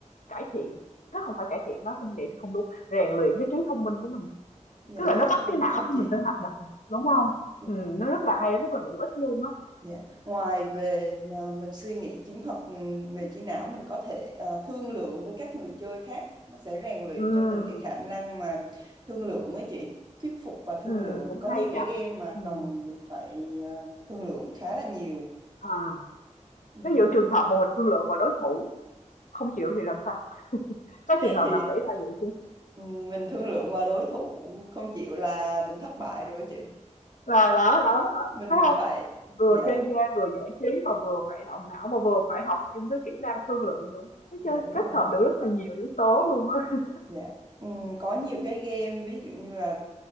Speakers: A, on the left (about 85°); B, on the right (about 35°).
A: cải thiện, nó không phải cải thiện nó không vậy thì không đúng, rèn luyện cái trí thông minh của mình, á.
B: dạ
A: tức
B: dạ,
A: là nó bắt
B: đúng
A: cái não
B: rồi
A: của
B: chị,
A: mình phải hoạt động, đúng không?
B: đúng
A: Ừm,
B: đúng.
A: nó rất là hay, rất là hữu ích luôn á.
B: Dạ. Ngoài về à, mình suy nghĩ chiến thuật ừ, về trí não mình có thể à, thương lượng với các người chơi khác nó sẽ rèn luyện
A: Ừm,
B: cho mình cái khả năng mà thương lượng ấy chị thuyết phục và thương
A: ừm,
B: lượng
A: cũng
B: có nhiều
A: hay nhỉ.
B: cái game mà
A: Ừm.
B: cần mình phải à, thương lượng khá là nhiều
A: À,
B: Ừ.
A: ví dụ trường hợp mà mình thương lượng mà đối thủ không chịu thì làm sao? Có trường hợp
B: thì
A: nào xảy ra vậy chứ?
B: ừ, mình thương lượng mà đối thủ không chịu là mình thất bại rồi ấy chị
A: Là đó, đó, đó,
B: mình
A: thấy
B: mình
A: không?
B: phải
A: Vừa
B: dạ
A: chơi game, vừa giải trí mà vừa phải động não mà vừa phải học thêm cái kỹ năng thương lượng nữa. Thấy
B: dạ
A: chưa?
B: đúng
A: Kết
B: rồi
A: hợp được rất là nhiều yếu tố luôn á.
B: Dạ. Ừm, có nhiều cái game ví dụ như là